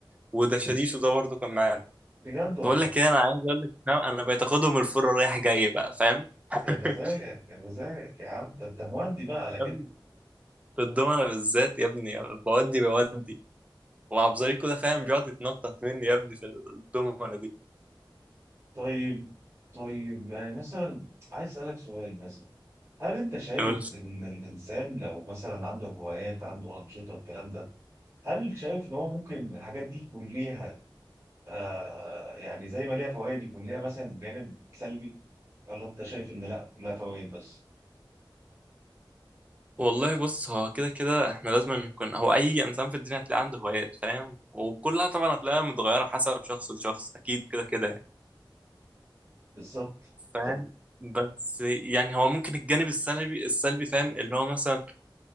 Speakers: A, on the right; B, on the right.
A: وده شاديشو ده برضه كان معانا
B: بجد والله
A: بقول لك إيه أنا عايز أقول لك إن أنا أنا بقيت آخدهم الفرة رايح جاي بقى فاهم <laughs>
B: يا مزاجك يا مزاجك يا عم ده انت مودي بقى على كده
A: يا ابني في الدومنة بالذات يا ابني بودي بودي وعبد زليكو ده فاهم بيقعد يتنطط مني يا ابني في الدومنة
B: طيب طيب يعني مثلا عايز اسالك سؤال مثلا هل انت شايف
A: دي
B: ان الانسان لو مثلا عنده هوايات عنده انشطه الكلام ده هل شايف ان هو ممكن الحاجات دي يكون ليها آه يعني زي ما ليها فوائد يكون ليها مثلا جانب سلبي ولا انت شايف ان لا لها فوائد بس
A: والله بص هو كده كده احنا لازم نكون هو اي انسان في الدنيا هتلاقي عنده هوايات فاهم وكلها طبعا هتلاقيها متغيره حسب شخص لشخص اكيد كده كده يعني
B: بالظبط
A: فاهم
B: طب
A: بس يعني هو ممكن الجانب السلبي السلبي فاهم اللي هو مثلا